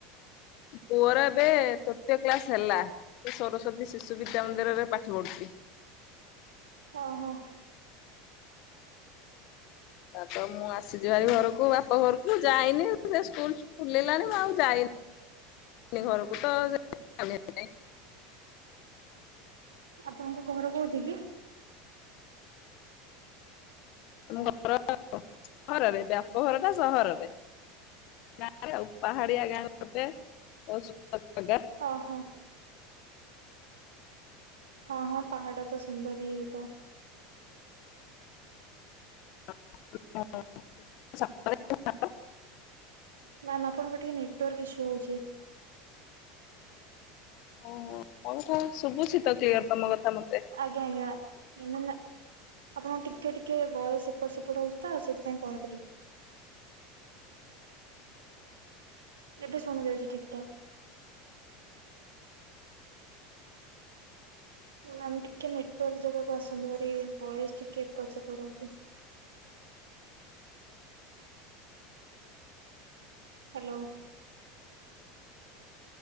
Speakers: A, on the left; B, on the right.
A: ପୁଅର ଏବେ ତୃତୀୟ କ୍ଲାସ ହେଲା। ସେ ସରସ୍ଵତୀ ଶିଶୁ ବିଦ୍ୟା ମନ୍ଦିରରେ ପାଠ ପଢୁଛି।
B: ଓହୋ।
A: ତାର ତ ମୁଁ ଆସିଛି ଭାରି ଘରକୁ ବାପା ଘରକୁ ଯାଇନି ସେ ସ୍କୁଲ ଖୁଲିଲାଣି। ମୁଁ ଆଉ ଯାଇନି ଘରକୁ ତ ସେ ଯାଇନି <inaudible>
B: ଆପଣଙ୍କ ଘର କୋଉଠି କି?
A: ତମ ଘର <inaudible> ରରେ ବ୍ୟାପ ଘର ଟା ସହରରେ। ଗାଁରେ ଆଉ। ପାହାଡିଆ ଗାଁ ଗୋଟେ, ବହୁ ସୁନ୍ଦ ଜାଗା।
B: ଓହୋ। ହଁ ହଁ ପହାଡ଼ ତ ସୁନ୍ଦରୀ ହେଇଥିବ।
A: <unintelligible>
B: ମ୍ୟାମ୍ ଆପଣଙ୍କର ଟିକେ ନେଟୱର୍କ ଇସ୍ୟୁ ହଉଛି।
A: ଓହୋ ମୋ କଥା ଶୁଭୁଛି ତ କ୍ଲିୟର ତମ କଥା ମ
B: ଆଜ୍ଞା, ଆଜ୍ଞା, <unintelligible> ଆପଣଙ୍କ ଟିକେ ଟିକେ ଭଏସ ଏପଟ ସେପଟ ହଉଛି ତ ସେଥିପାଇଁ କହିଦେଲି। ଏବେ ଶୁଣାଯାଉଛି ଠିକ ଠାକ। ମ୍ୟାମ୍ ଟିକେ ନେଟୱର୍କ ଜାଗାକୁ ଆସନ୍ତୁ ତୁମରି ଭଏସ ଟିକେ ଏପଟ ସେପଟ ହଉଛି। ହ୍ୟାଲୋ।